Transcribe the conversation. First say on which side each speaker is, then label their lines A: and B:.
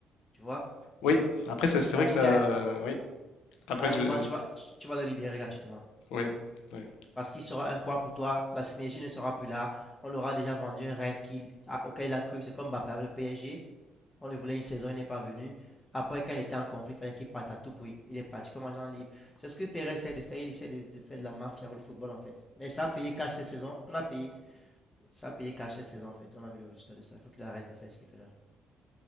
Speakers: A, on the left (about 25°); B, on the left (about 85°).
A: Tu vois?
B: Oui, après c'est c'est
A: Ça
B: vrai
A: veut
B: que
A: dire
B: ça.
A: qu'à
B: Oui, après
A: à un
B: je-
A: moment, tu vas, tu vas le libérer gratuitement.
B: oui, oui.
A: Parce qu'il sera un poids pour toi, la synergie ne sera plus là. On l'aura déjà vendu un rêve qu'il, a- auquel il a cru. C'est comme Mbappé avec le PSG. On le voulait une saison, il n'est pas venu. Après, quand il était en conflit, il fallait qu'il parte à tout prix. Il est parti comme agent libre. C'est ce que Pérez essaie de faire. Il essaie de, de faire de la mafia avec le football, en fait. Mais ça a payé cash cette saison. On a payé. Ça a payé cash cette saison en fait. On a vu le résultat de ça. Il faut qu'il arrête de faire ce qu'il fait là.